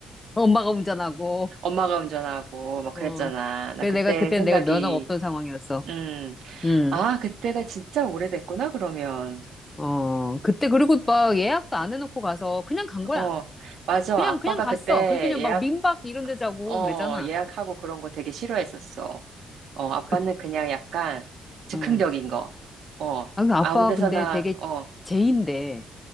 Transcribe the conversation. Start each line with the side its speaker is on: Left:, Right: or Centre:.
Left: 어, 엄마가 운전하고,
Right: 엄마가 운전하고, 막 그랬잖아.
Left: 어,
Right: 나
Left: 그래
Right: 그때
Left: 내가 그때
Right: 생각이,
Left: 내가 면허가 없던 상황이었어.
Right: 음,
Left: 음,
Right: 아, 그때가 진짜 오래됐구나, 그러면.
Left: 어, 그때 그리고 막 예약도 안 해놓고 가서 그냥 간 거야.
Right: 어, 맞아.
Left: 그냥,
Right: 아빠가
Left: 그냥 갔어.
Right: 그때
Left: 그 그냥
Right: 예약,
Left: 막 민박 이런 데 자고
Right: 어,
Left: 그랬잖아.
Right: 예약하고 그런 거 되게 싫어했었어. 어, 아빠는
Left: 그,
Right: 그냥 약간 즉흥적인
Left: 어.
Right: 거. 어,
Left: 아, 근데 아빠
Right: 아무 데서나,
Left: 근데 되게
Right: 어,
Left: 제인데,